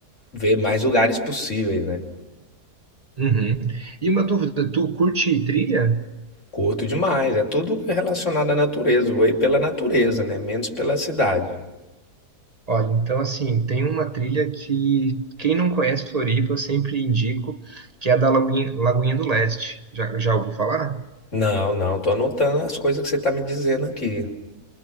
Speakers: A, on the left; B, on the right.
A: ver mais lugares possíveis, né?
B: uhum. E uma dúvida, tu curte trilha?
A: Curto demais, é tudo relacionado à natureza. Vou ir pela natureza, né? Menos pela cidade.
B: Olha, então assim, tem uma trilha que quem não conhece Floripa, eu sempre indico, que é a da Lagoinha, Lagoinha do Leste. Já, já ouviu falar?
A: Não, não, tô anotando as coisas que você tá me dizendo aqui.